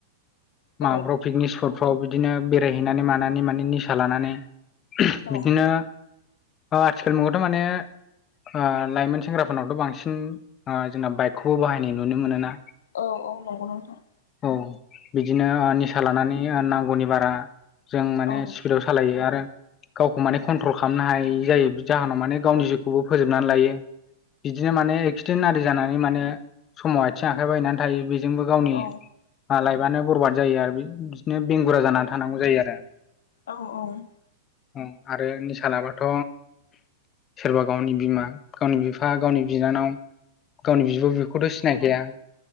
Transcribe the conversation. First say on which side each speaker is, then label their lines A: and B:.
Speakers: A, on the left; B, on the left.
A: औ
B: माबाफ्राव पिकनिक स्पटफ्राव बिदिनो बेरायहैनानै मानानै माने निसा लानानै
A: औ
B: बिदिनो आथिखाल मुगायावथ' माने ओ लाइमोन सेंग्राफोरनावथ' बांसिन ओ जोंना बाइकखौबो बाहायनाय नुनो मोनोना
A: औ औ नंगौ नोंथां।
B: औ बिदिनो ओ निसा लानानै ओ नांगौनि बारा जों माने
A: औ
B: स्पिडआव सालायो आरो गावखौ माने कन्ट्रल खामनो हायि जायो जाहोनाव
A: औ
B: माने
A: औ
B: गावनि जिउखौबो फोजोबनानै लायो बिदिनो माने एक्सिडेन्ट आरि जानानै माने समाव आथिं आखाइ बायनानै थायो बेजोंबो गावनि
A: औ
B: लाइबानो बरबाद जायो आरो बिदिनो बेंगुरा जानानै थानांगौ जायो आरो
A: औ औ
B: औ आरो निसा लाबाथ' सोरबा गावनि बिमा गावनि बिफा गावनि बिनानाव गावनि बिब' बिखौथ' सिनायखाया